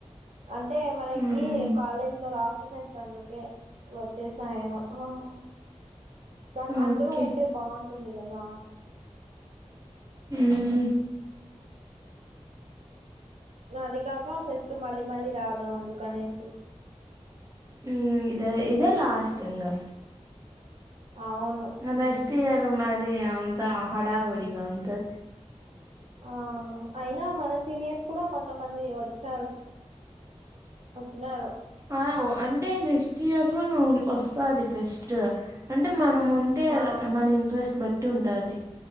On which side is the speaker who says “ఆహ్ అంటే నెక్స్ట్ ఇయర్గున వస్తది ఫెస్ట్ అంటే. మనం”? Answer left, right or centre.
Right